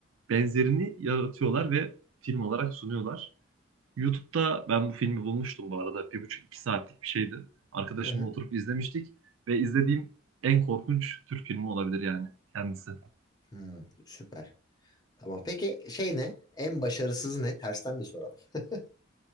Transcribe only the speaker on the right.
benzerini yaratıyorlar ve film olarak sunuyorlar. YouTube'da ben bu filmi bulmuştum bu arada. Bir buçuk iki saatlik bir şeydi. Arkadaşımla
oturup izlemiştik ve izlediğim en korkunç Türk filmi olabilir yani kendisi.